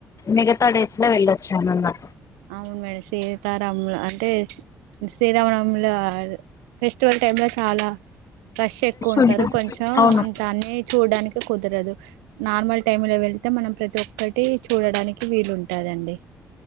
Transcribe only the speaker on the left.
మిగతా డేస్ లో వెళ్ళొచ్చా అన్న
ఉంటుంది
అవును